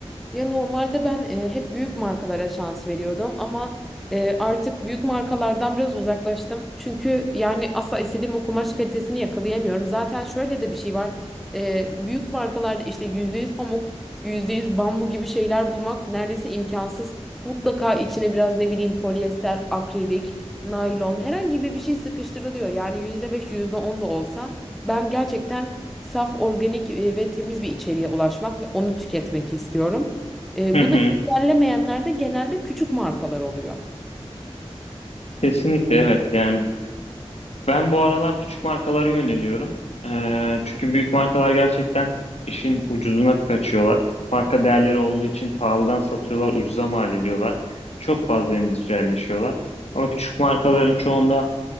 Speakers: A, in the centre; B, on the left.
A: Ya normalde ben e, hep büyük markalara şans veriyordum ama e, artık büyük markalardan biraz uzaklaştım. Çünkü yani asla istediğim o kumaş kalitesini yakalayamıyorum. Zaten şöyle de bir şey var. E, büyük markalarda işte %100 pamuk, %100 bambu gibi şeyler bulmak neredeyse imkansız. Mutlaka içine biraz ne bileyim polyester, akrilik, naylon herhangi bir bir şey sıkıştırılıyor. Yani yüzde beş, yüzde on da olsa ben gerçekten saf, organik e, ve temiz bir içeriğe ulaşmak ve onu tüketmek istiyorum. E,
B: Hı
A: bunu
B: hı.
A: engellemeyenler de genelde küçük markalar oluyor.
B: Kesinlikle evet. Yani Ben bu aralar küçük markalara yöneliyorum. Ee, çünkü büyük markalar gerçekten işin ucuzuna kaçıyorlar. Marka değerleri olduğu için pahalıdan satıyorlar, ucuza mal ediyorlar. Çok fazla endüstriyelleşiyorlar. Ama küçük markaların çoğunda